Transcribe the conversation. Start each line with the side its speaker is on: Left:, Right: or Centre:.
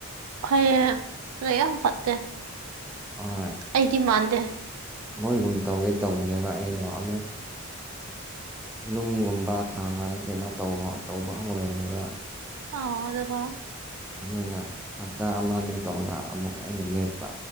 Right: ꯐꯩꯌꯦ ꯂꯩ ꯌꯥꯝ ꯐꯠꯇꯦ
Centre: ꯍꯣꯏ
Right: ꯑꯩꯗꯤ ꯃꯥꯟꯗꯦ
Centre: ꯃꯣꯏꯒꯨꯝ ꯇꯧꯒꯦ ꯇꯧꯕꯅꯦꯕ ꯑꯩꯗꯣ ꯑꯗꯣ ꯅꯨꯡꯒꯨꯝ ꯃꯥ ꯊꯥꯡꯔꯒ ꯀꯩꯅꯣ ꯇꯧ ꯇꯧꯕ ꯍꯧꯔꯕꯅꯦꯕ
Right: ꯑꯥ ꯑꯗꫭꯀꯣ
Centre: ꯑꯗꯨꯒ ꯍꯞꯇꯥ ꯑꯃ‌ ꯑꯅꯤ ꯇꯧꯔꯒ ꯑꯃꯨꯛ ꯑꯩꯅ ꯂꯦꯞꯄ